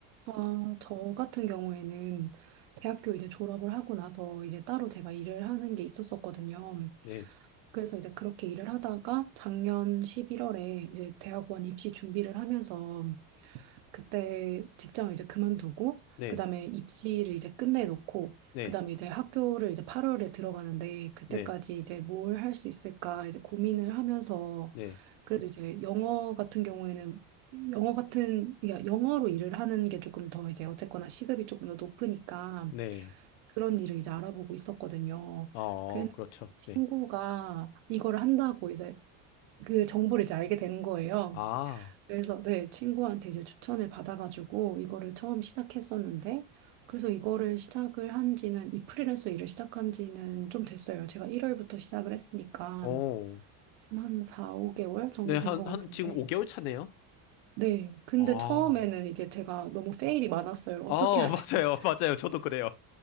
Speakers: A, on the right; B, on the left.
A: 아, 저 같은 경우에는 대학교 이제 졸업을 하고 나서 이제 따로 제가 일을 하는 게 있었었거든요.
B: 네.
A: 그래서 이제 그렇게 일을 하다가 작년 11월에 이제 대학원 입시 준비를 하면서 그때 직장을 이제 그만두고
B: 네,
A: 그다음에 입시를 이제 끝내놓고
B: 네,
A: 그다음에 이제 학교를 이제 8월에 들어가는데 그때까지
B: 네,
A: 이제 뭘 할 수 있을까 이제 고민을 하면서
B: 네,
A: 그래도 이제 영어 같은 경우에는 영어 같은 그러니까 영어로 일을 하는 게 조금 더 이제 어쨌거나 시급이 조금 더 높으니까
B: 네.
A: 그런 일을 이제 알아보고 있었거든요.
B: 어,
A: 그래서
B: 그렇죠.
A: 친구가
B: 네.
A: 이걸 한다고 이제 그 정보를 이제 알게 된 거예요.
B: 아,
A: 그래서 네, 친구한테 이제 추천을 받아가지고 이거를 처음 시작했었는데 그래서 이거를 시작을 한 지는 이 프리랜서 일을 시작한 지는 좀 됐어요. 제가 1월부터 시작을 했으니까
B: 오.
A: 지금 한 4, 5개월 정도
B: 네, 한,
A: 된 것
B: 한,
A: 같은데
B: 지금 5개월 차네요?
A: 네, 근데
B: 아,
A: 처음에는 이게 제가 너무 페일이 많았어요. 어떻게
B: 아, <laughs>
A: 하는지
B: 맞아요.
A: <laughs>
B: 맞아요. 저도 그래요.